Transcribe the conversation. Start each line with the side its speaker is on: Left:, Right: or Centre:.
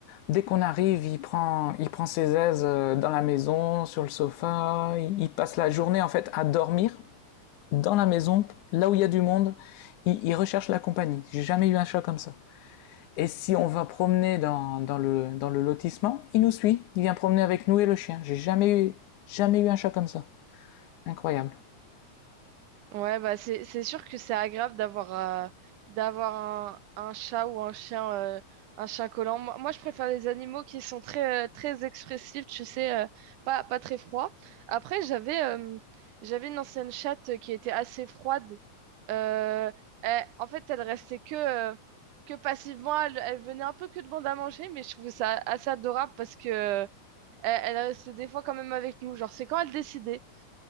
Left: Dès qu'on arrive, il prend, il prend ses aises euh, dans la maison, sur le sofa. Il, il passe la journée en fait à dormir dans la maison, là où il y a du monde. Il, il recherche la compagnie. J'ai jamais eu un chat comme ça. Et si on va promener dans, dans le, dans le lotissement, il nous suit, il vient promener avec nous et le chien. J'ai jamais eu, jamais eu un chat comme ça. Incroyable.
Right: Ouais, bah c'est c'est sûr que c'est agréable d'avoir euh, d'avoir un, un chat ou un chien euh, un chien collant. Moi, moi, je préfère les animaux qui sont très euh, très expressifs, tu sais, euh, pas pas très froids. Après, j'avais euh, j'avais une ancienne chatte qui était assez froide. Euh, elle- en fait, elle restait que euh, que passivement. Elle, elle venait un peu que demander à manger, mais je trouvais ça assez adorable parce que euh, elle, elle restait des fois quand même avec nous. Genre, c'est quand elle décidait.